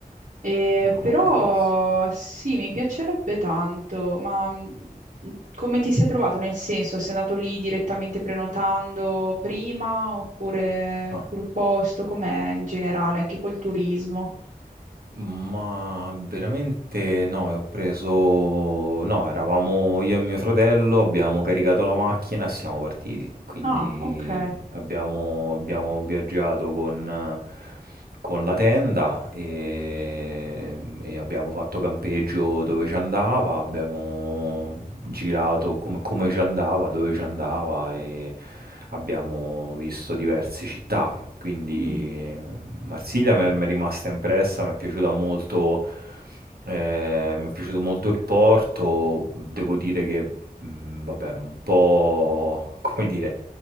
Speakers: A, on the right; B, on the right.
A: Eh,
B: Mamma
A: però
B: mia, Nizza.
A: sì, mi piacerebbe tanto, ma mh, come ti sei trovato? Nel senso, sei andato lì direttamente prenotando prima oppure
B: Ah.
A: sul posto? Com'è in generale, anche col turismo?
B: Ma veramente no, e ho preso... No, eravamo io e mio fratello, abbiamo caricato la macchina e siamo partiti. Quindi
A: Ah, ok.
B: abbiamo, abbiamo viaggiato con, con la tenda e, e abbiamo fatto campeggio dove ci andava, abbiamo girato com- come ci andava, dove ci andava e abbiamo visto diverse città. Quindi
A: Mm.
B: Marsiglia mi è mi è rimasta impressa, mi è piaciuta molto, eh, mi è piaciuto molto il porto, devo dire che, mh, vabbè, un po', <laughs> come dire,